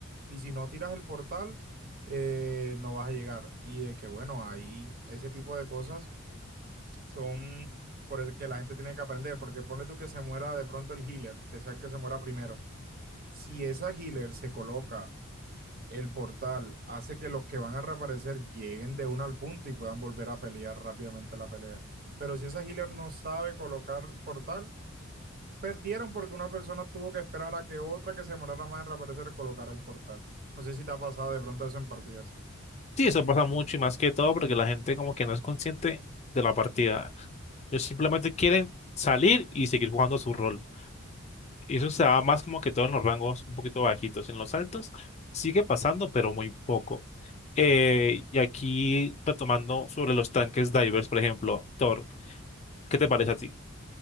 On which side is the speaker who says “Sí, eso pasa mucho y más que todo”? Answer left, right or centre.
Left